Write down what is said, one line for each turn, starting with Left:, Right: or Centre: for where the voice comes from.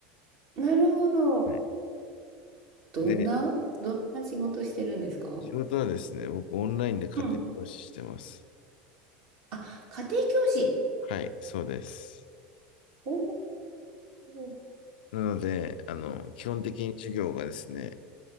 Right: なるほど。
Left: はい
Right: どんな、
Left: で、
Right: どんな仕事してるんですか
Left: 仕事はですね、僕オンラインで家庭教師してます。
Right: うん。あ、家庭教師。
Left: はい、そうです。
Right: おー。
Left: なので、あの、基本的に授業がですね、